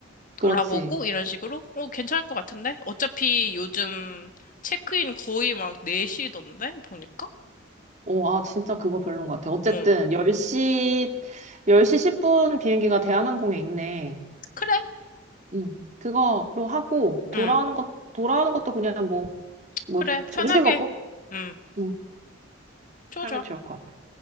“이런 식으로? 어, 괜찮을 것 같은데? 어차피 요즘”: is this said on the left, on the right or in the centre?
Left